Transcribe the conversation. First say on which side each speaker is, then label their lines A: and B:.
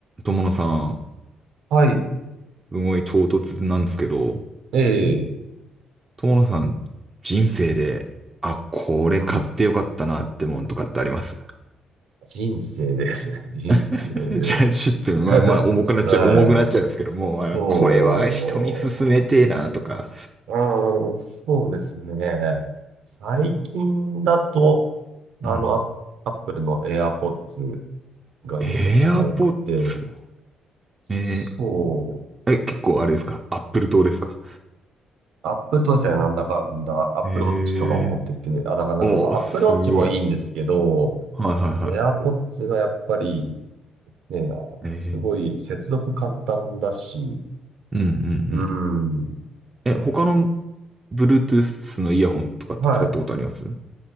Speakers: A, on the right (about 25°); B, on the right (about 80°).
A: 友野さん、
B: はい。
A: すごい唐突なんですけど、
B: ええ、
A: 友野さん、人生で、あ、これ買ってよかったなってもんとかってあります
B: うん。人生ですね。<laughs> 人生で。
A: <laughs> じゃあ、ちょっと、まあまあ、
B: <laughs>
A: 重くなっちゃう、
B: はい。
A: 重くなっちゃうんですけども、
B: そ
A: あのこれは人に勧めてえなとか。
B: う。うん、そうですね。最近だと、あの、
A: うん。
B: アアップルの AirPods がやっぱ一番良くて、
A: エアポッツ。
B: そう。
A: えー、え、結構あれですかアップル党ですか
B: アップルとですね、なんだかんだ、アップルウォッチとかも持ってて、
A: えー、
B: あ、だからなんか、
A: おー、
B: まあ、
A: すごい。
B: アップルウォッチもいいんですけど、
A: はいはいはい。
B: AirPods がやっぱりね、
A: え
B: すごい接続簡単だし、
A: ー、うんうんう
B: うん。
A: ん。え、他の Bluetooth のイヤホンとかって使ったことあります
B: はい。